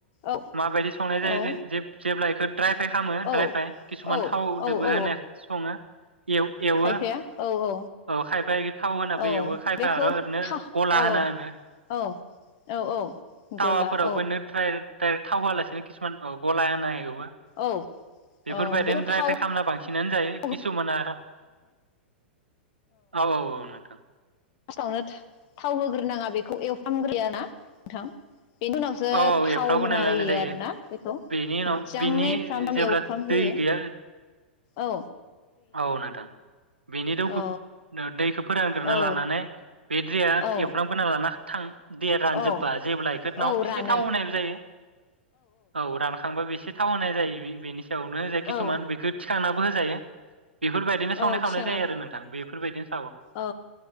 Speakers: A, on the left; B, on the right.
A: औ
B: माबायदि संनाय जायो
A: औ
B: जेब्ला बेखौ द्राय फाइ खालामो
A: औ
B: द्राय फ्राय किसुमान
A: औ
B: थावदोबो
A: औ औ
B: होननाय सङो एव -एवो
A: खायफाया औ औ
B: औ खायफाया थाव होनाबो
A: औ
B: एवो खायफाया
A: बेखौ
B: आरो ओरैनो
A: था
B: गला
A: औ
B: होना होनो
A: औ औ औ
B: थावाफोरावबोनो
A: गला औ
B: <unintelligible> थाव होआलासिनो किसुमान औ गला होनाय एवो
A: औ
B: बेफोरबायदिनो
A: औ बेखौ
B: द्राय
A: थाव
B: फ्राय खालामना बांसिन थिनानै जायो
A: <unintelligible>
B: किसुमाना आरो औ औ औ नोंथां
A: थाव होग्रोनाङा बेखौ एव फ्रामग्रोयो आरोना नोंथां बेनि उनावसो
B: औ औ
A: थाव
B: एफ्राव गनायना
A: होना
B: लानाय
A: होयो
B: जायो
A: आरोना बेखौ
B: बेनि उनाव
A: मोजाङै
B: बिनि
A: फ्रामै
B: जेब्ला
A: एवफ्राम ग्रोयो
B: दै गैया
A: औ।
B: औ नोंथां बेनि दौखौ
A: औ
B: दैखौ फोरानग्रोना
A: औ
B: लानानै बे दैया
A: औ
B: एवफ्रामग्रोना लाना थां देर रानजोब्बा
A: औ
B: जेब्ला बेफोरनाव
A: औ रानो
B: एसे थाव होनायबो जायो औ रानखांबा बे एसे थाव होनाय जायो बेनि जाय
A: औ
B: किसुमान बेखौ खांनाबो होजायो। बेफोरबायदिनो संनाय
A: औ
B: खावनाय
A: थिखांना
B: जायो आरो नोंथां बे फोरबायदिनो
A: औ